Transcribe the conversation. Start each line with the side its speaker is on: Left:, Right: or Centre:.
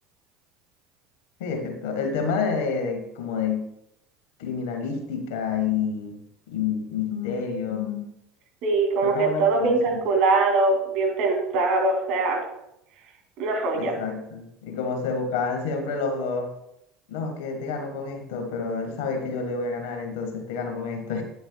Left: Sí, es que to- el tema de, de- de- como de criminalística y, y misterio Mm.
Right: Sí, como
Left: fue una
Right: que
Left: buena
Right: todo
Left: combinación.
Right: bien calculado, bien pensado, o sea, una joya.
Left: Exacto. Y como se buscaban siempre los dos, no, que te gano con esto, pero él sabe que yo le voy a ganar, entonces te gano con esto.